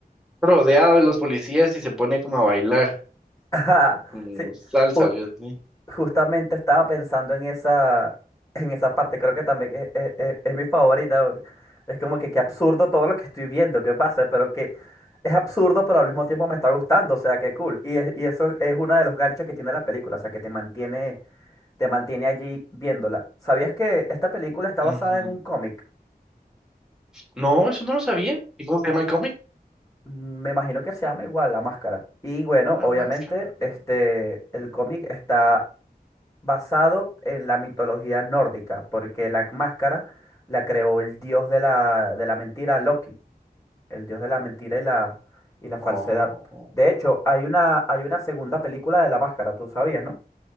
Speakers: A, in the centre; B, on the left.
A: rodeado de los policías y se pone como a bailar,
B: <laughs> Ajá,
A: como
B: Sí,
A: salsa,
B: ju-
A: algo así.
B: Justamente estaba pensando en esa, en esa parte, creo que también es, es- es- es mi favorita. bro. Es como que qué absurdo todo lo que estoy viendo, qué pasa, pero que es absurdo, pero al mismo tiempo me está gustando, o sea, qué cool. Y, es- y eso es uno de los ganchos que tiene la película, o sea, que te mantiene, te mantiene allí viéndola. ¿Sabías que esta película está basada
A: Ujú.
B: en un cómic?
A: No, eso no lo sabía. ¿Y cómo se llama el cómic?
B: Mm, Me imagino que se llama igual La Máscara. Y bueno,
A: La
B: obviamente,
A: máscara.
B: este,
A: Ujú.
B: el cómic está basado en la mitología nórdica, porque la máscara la creó el dios de la, de la mentira, Loki, el dios de la mentira y la, y la falsedad.
A: Oh.
B: De hecho, hay una, hay una segunda película de la máscara, tú sabías, ¿no?